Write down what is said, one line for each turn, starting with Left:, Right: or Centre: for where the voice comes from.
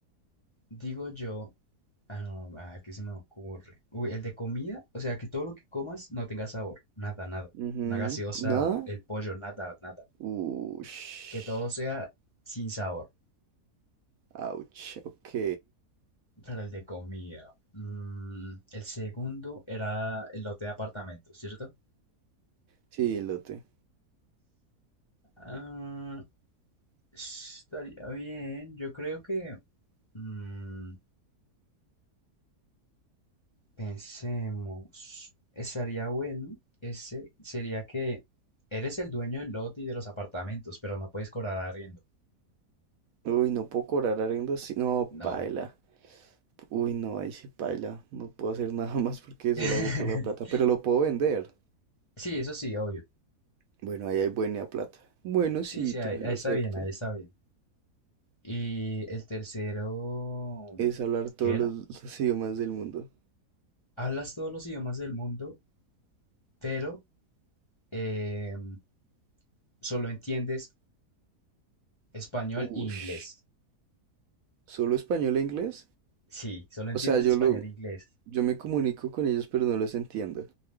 Left: digo yo Ah, no, a ver qué se me ocurre. Uy, el de comida, o sea, que todo lo que comas no tenga sabor, nada, nada.
Right: Ujú,
Left: Una gaseosa,
Right: ¿Nada?
Left: el pollo, nada, nada.
Right: Ush.
Left: Que todo sea sin sabor.
Right: Ouch. Ok.
Left: Para el de comida. mm, el segundo era el lote de apartamento, ¿cierto?
Right: Sí, elote.
Left: Ah, estaría bien. Yo creo que mm, pensemos. Estaría bueno. Ese sería que eres el dueño del lote y de los apartamentos, pero no puedes cobrar arriendo.
Right: Uy, no puedo cobrar arriendo así. No,
Left: No.
Right: paila. Uy, no, ahí sí paila. No puedo hacer <laughs> nada más porque eso
Left: <laughs>
Right: lo hago por la plata. Pero lo puedo vender.
Left: Sí, eso sí, obvio.
Right: Bueno, ahí hay buena plata. Bueno, sí,
Left: Sí, sí,
Right: también
Left: ahí, ahí
Right: lo
Left: está
Right: acepto.
Left: bien, ahí está bien. Y el tercero,
Right: Es hablar todos
Left: ¿qué
Right: los,
Left: era?
Right: los idiomas del mundo.
Left: Hablas todos los idiomas del mundo, pero em, solo entiendes español
Right: Ush.
Left: e inglés.
Right: ¿Solo español e inglés?
Left: Sí, solo entiendes
Right: O sea, yo
Left: español
Right: lo,
Left: e inglés.
Right: yo me comunico con ellos, pero no los entiendo.